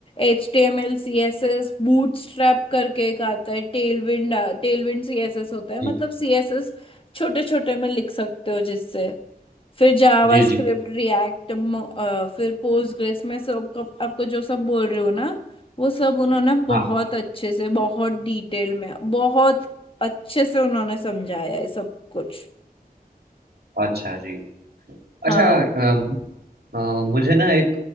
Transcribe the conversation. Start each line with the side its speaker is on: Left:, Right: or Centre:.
Left: एच टी एम एल सी एस एस बूटस्ट्रैप करके एक आता है टेलविंड टेलविंड सी एस एस होता है
Right: जी
Left: मतलब सी एस एस छोटे छोटे में लिख सकते हो जिससे फिर जावा
Right: जी
Left: स्क्रिप्ट
Right: जी
Left: रिएक्ट फिर पोस्टग्रेस में सब कब- आपको जो सब बोल रहे हो ना वो सब उन्होंने
Right: हाँ
Left: बहुत अच्छे से बहुत डिटेल में बहुत अच्छे से उन्होंने समझाया है सब कुछ
Right: अच्छा जी
Left: हाँ
Right: अच्छा अ, अ, मुझे ना एक